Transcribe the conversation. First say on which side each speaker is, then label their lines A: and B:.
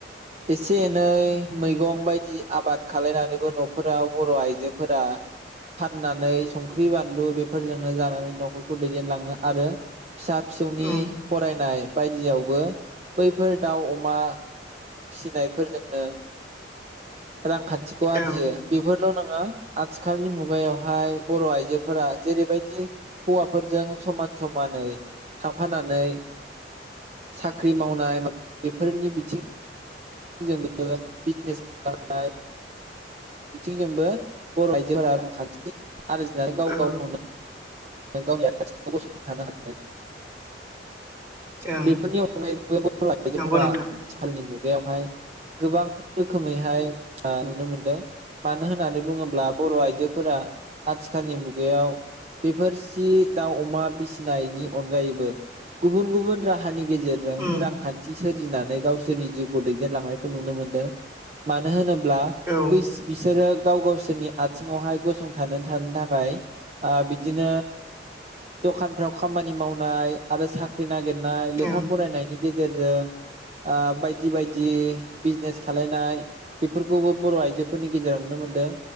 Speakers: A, on the right; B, on the right.
A: एसे एनै मैगं बायदि आबाद खालामलायनानैबो न'फोरराव बर' आइजोफोरा फाननानै संख्रि बानलु बेफोरजोंनो जानानै न'खरखौ दैदेनलाङो आरो। फिसा फिसौनि
B: उम
A: फरायनाय। बायदियावबो बैफोर दाउ अमा फिसिनायफोरजोंनो। रांखान्थिखौ आरजियो
B: ओं
A: बेफोरल' नङा आथिखालनि मुगायावहाय बर' आइजोफोरा जेरैबायदि हौवाफोरजों समान समानै थांफानानै साख्रि मावनाय मा बेफोरनि बिथिं जोंबो बिजनेस खालामनाय बिथिंजोंबो बर' आइजोफोरा रांखान्थि आरो जा गाव
B: औ उम
A: गावखौनो। गावनि आथिङाव। गसंना थानो हादों।
B: ओं
A: बेफोरनि अनगायैबो बर' आइजोफोरा
B: नंगौ नोंथां
A: आथिखालनि मुग मुगायावहाय गोबां रोखोमैहाय ओ नुनो मोनदों मानो होननानै बुङोब्ला बर' आइजोफोरा आथिखालनि मुगायाव बेफोर सि दाउ अमा फिसिनायनि अनगायैबो गुबुन गुबुन राहानि गेजेरजों
B: उम
A: रांखान्थि सोरजिनानै गावसोरनि जिउखौ दैदेनलांनायखौ नुनो मोनदों। ब्ला
B: औ ओं
A: बैस बिसोरो गाव गावसोरनि आथिङावहाय गसंथानो थानो थाखाय ओ बि बिदिनो दखानफ्राव खामानि मावनाय आरो साख्रि नागिर नाय लेखा
B: उम
A: फरायनायनि गेजेरजों ओ बायदि बायदि बिजनेस खालायनाय बेफोरखौबो बर' आइजोफोरनि गेजेराव नुनो मोनदों।